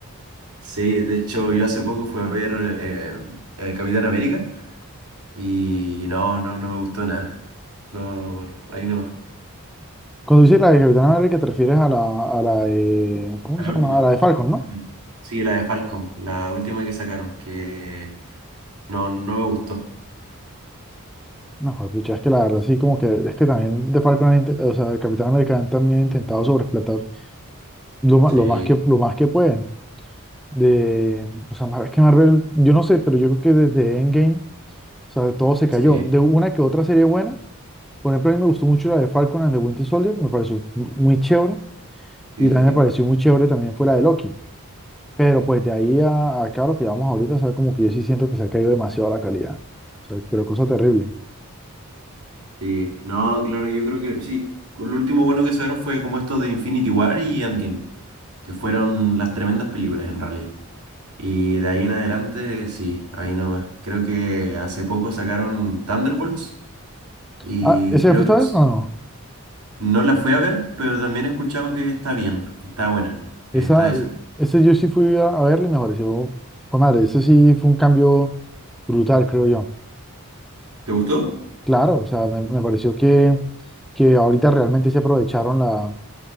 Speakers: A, on the right; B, in the centre.
A: Sí, de hecho yo hace poco fui a ver eh, eh, Capitán América y no, no, no me gustó nada. No, ahí no.
B: Cuando dices la de Capitán América, te refieres a la, a la de, ¿cómo
A: A
B: se
A: la última.
B: llama? A la de Falcon, ¿no?
A: Ujú. Sí, la de Falcon, la última que sacaron, que no, no me gustó.
B: No, pucha, es que la verdad sí, como que, es que también de Falcon, han inte- o sea, de Capitán América han también intentado sobreexplotar lo, ma-
A: Sí,
B: lo más que, lo más que pueden. de, o sea, Mar- es que Marvel, yo no sé, pero yo creo que desde Endgame, o sea, todo se cayó.
A: sí,
B: De una que otra serie buena, por ejemplo, a mí me gustó mucho la de Falcon and the Winter Soldier, me pareció mu- muy chévere,
A: sí,
B: y
A: sí,
B: también
A: sí.
B: me pareció muy chévere también fue la de Loki. Pero pues de ahí a, a acá lo que vamos ahorita, o sea, como que yo sí siento que se ha caído demasiado la calidad. O sea, pero cosa terrible.
A: Sí, no, claro, yo creo que sí. Lo último bueno que sacaron fue como esto de Infinity War y Endgame, que fueron las tremendas películas en realidad. Y de ahí en adelante, sí, ahí nomás. Creo que hace poco sacaron Thunderbolts y
B: Ah, ¿ese
A: creo
B: fue esta
A: que es-
B: vez? No, no.
A: no la fui a ver, pero también he escuchado que está bien, que está buena, que
B: Esa,
A: está decente.
B: ese yo sí fui a, a verle y me pareció, oh, madre, ese sí fue un cambio brutal, creo yo.
A: ¿Te gustó?
B: Claro, o sea, me, me pareció que, que ahorita realmente se aprovecharon la,